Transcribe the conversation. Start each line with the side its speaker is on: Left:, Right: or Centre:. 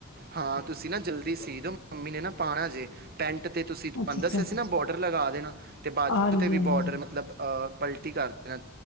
Right: ਹਾਂ ਤੁਸੀਂ ਨਾ ਜਲਦੀ ਸੀਦੋ ਮੰਮੀ ਨੇ ਨਾ ਪਾਣਾ ਜੇ ਪੈਂਨਟ 'ਤੇ ਤੁਸੀਂ ਤੁਹਾਨੂੰ
Left: ਅੱਛਾ ਅੱਛਾ
Right: ਦੱਸਿਆ ਸੀ ਨਾ ਬੋਡਰ ਲਗਾ ਦੇਣਾ ਅਤੇ ਬਾਜੂ
Left: ਹਾਂਜੀ
Right: 'ਤੇ ਵੀ
Left: ਹਾਂਜੀ
Right: ਬੋਡਰ ਮਤਲਬ ਪਲਟੀ ਕਰਦੇ ਨਾ